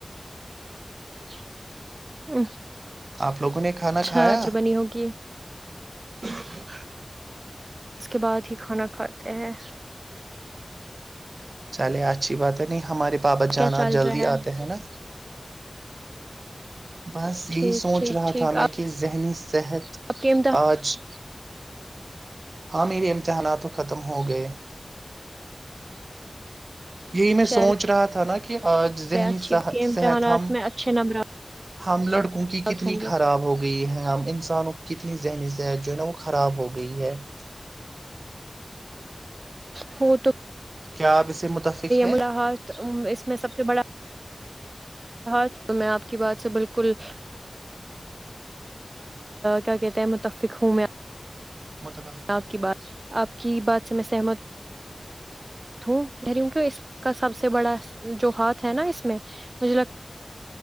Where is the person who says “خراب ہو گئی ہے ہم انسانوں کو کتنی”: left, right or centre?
Right